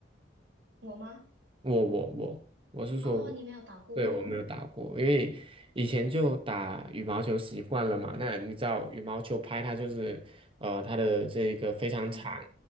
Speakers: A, on the right; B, on the right.
A: 我吗？
B: 我我我，我是说我，
A: 哦，你没有打过哦
B: 对，我没有打过，因为以前就打羽毛球习惯了嘛。那你知道羽毛球拍它就是呃，它的这个非常长，
A: 嗯